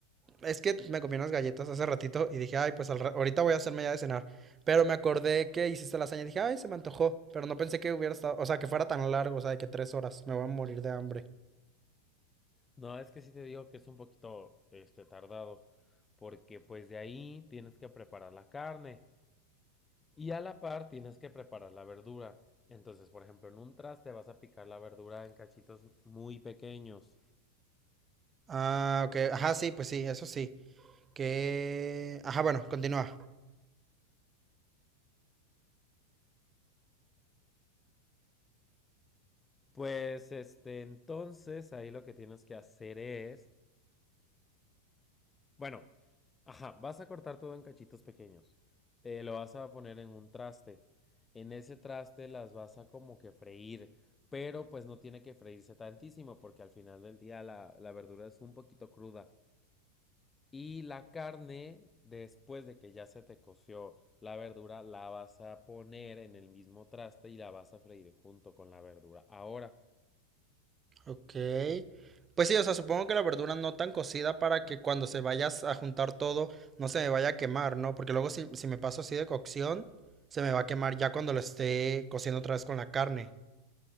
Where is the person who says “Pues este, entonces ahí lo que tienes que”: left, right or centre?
Left